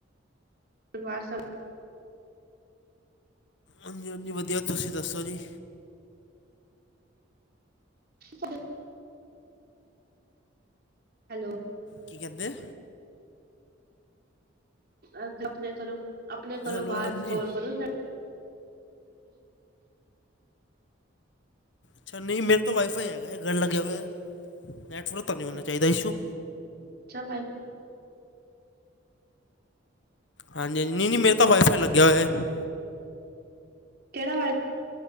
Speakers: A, on the right; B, on the left.
A: ਪਰਿਵਾਰ ਸ
B: ਹਾਂਜੀ ਹਾਂਜੀ ਵਧੀਆ ਤੁਸੀਂ ਦੱਸੋ ਜੀ?
A: ਡ ਹੈਲੋ।
B: ਕੀ ਕਹਿੰਦੇ
A: ਅ ਆਪਣੇ ਘਰੋਂ ਆਪਣੇ ਘਰੋਂ
B: ਹੈਲੋ
A: ਬਾਹਰ
B: ਹਾਂਜੀ
A: ਕੇ ਕਾਲ ਕਰੋ।
B: ਅੱਛਾ ਨਹੀਂ ਮੇਰੇ ਤਾਂ ਵਾਈਫਾਈ ਹੈਗਾ ਹੈ ਘਰ ਲੱਗਿਆ ਹੋਇਆ ਨੈਟਵਰਕ ਤਾਂ ਨਹੀਂ ਹੋਣਾ ਚਾਹੀਦਾ ਇਸ਼ੂ।
A: ਅੱਛਾ ਵਾਈਫ
B: ਹਾਂਜੀ ਹਾਂਜੀ ਨਹੀਂ ਮੇਰਾ ਵਾਈਫਾਈ ਲੱਗਿਆ ਹੋਇਆ। ਹੈ
A: ਕਿਹੜਾ ਮ